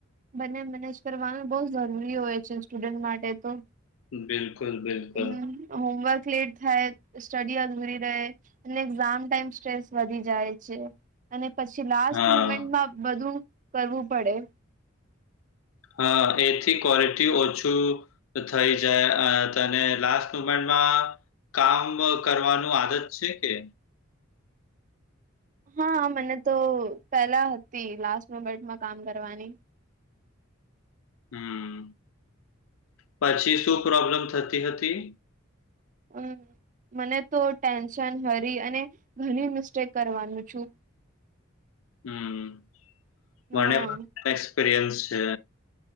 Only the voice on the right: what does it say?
બને મેનેજ કરવાનું બોવ જરૂરી હોય છે સ્ટુડન્ટ માટે તો
હમ હોમવર્ક લેટ થાય, સ્ટડી અધૂરી રહે, અને એક્ઝામ ટાઈમ સ્ટ્રેસ વધી જાય છે અને પછી લાસ્ટ
મુમેન્ટમાં બધું કરવું પડે.
હા મને તો પેલા હતી લાસ્ટ મુમેન્ટમાં કામ કરવાની.
હમ મને તો ટેન્શન હરી અને ઘણી મિસ્ટેક કરવાનું છું.
હા